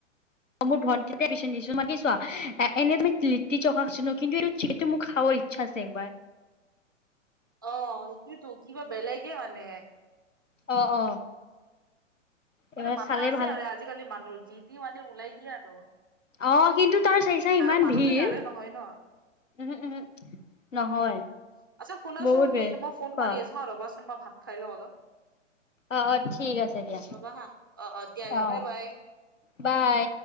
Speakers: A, on the left; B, on the right.
A: অ মোৰ ভণ্টিতে বিচন দিছো মাগিছোৱা এই তই লিটিকাছিল নো কিন্তু এইটোিটো মোক খাবৰ ইচ্ছা আছে একবাৰ
B: অ সেইটোয়েতো কিবা বেলেগে মানে
A: আহ অ
B: মানে
A: এইবাৰ
B: মাথা
A: খালে
B: আছে
A: ভাল।
B: আৰু আজিকালি মানুহৰ যি মানে ওলাই দিয়ে আৰু
A: অ কিন্তু তাৰ চাইছা ইমান
B: আৰু মানুহতো
A: ভিৰ।
B: ইয়াৰে নহয় ন
A: উহু উহু নহয়।
B: উম আচ্ছা শুনাছো
A: বহুত বেৰ
B: ন মই ফোন
A: খোৱা।
B: মাৰি আছো আৰু ৰ'বা বা ভাত খাইলে অলপ
A: অ অ ঠিক আছে দিয়া
B: ৰ'বা হা অ দিয়া দিয়া
A: অ
B: বাই বাই
A: বাই